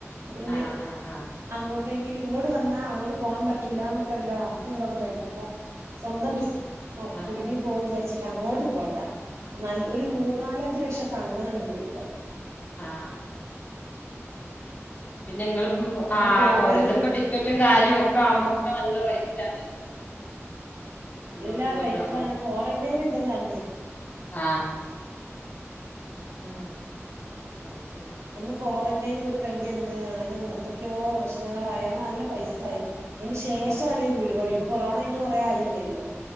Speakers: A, on the right; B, on the left.
A: പിന്നെ
B: ആഹ് ആഹ്
A: അങ്ങോട്ടെങ്കിലും ഇങ്ങോട്ട വന്നാ അങ്ങോട്ട പോകൻ പറ്റൂ എന്നന്നൊക്കെ വല്ല വാർത്തയ എന്തൊക്കെ കേട്ടപ്പൊ സ്വന്തം ബിസി <unintelligible>
B: ആഹ് ആഹ്
A: കുടുങ്ങി പോക വിചാരിച്ചിട്ട് അങ്ങോട്ട് പോയതാ ന ഒരു മൂന്ന
B: അത് ശരി
A: നാലഞ്ചു ലക്ഷമൊക്കെ അങ്ങനെട് പോയിുണ്ടാവും
B: ആ പിന്നെ ങ്ങള് ആ
A: അത് പോവലും
B: ഓരോരുത്തർക്കും ടിക്കറ്റും കാര്യവും ഒക്കെ ആവുമ്പോക്കെ നല്ല റൈറ്റ് ആണല്ലോ ഇങ്ങോട്ട്
A: എല്ലാ
B: പോരലും
A: റൈറ്റ ആണ് ക്വാറന്റൈൻ ഉണ്ടല്ലോ അന്ന്
B: ആ
A: ആ
B: അയ് ശരി
A: അന്ന് ക്വാറന്റൈന് നിൽക്കേണ്ടി എന്ന് അങ്ങനെ എന്തൊക്കെയോ പ്രശ്നങ്ങളായി അങ്ങനെ നല്ല പൈസായി അതിന് ശേഷമാണ്
B: ആഹ്
A: ഈ വീട് പണി ഇപ്പൊ കൊറോണ കഴിഞ്ഞിട്ട് കൊറേ ആയില്ലല്ലോ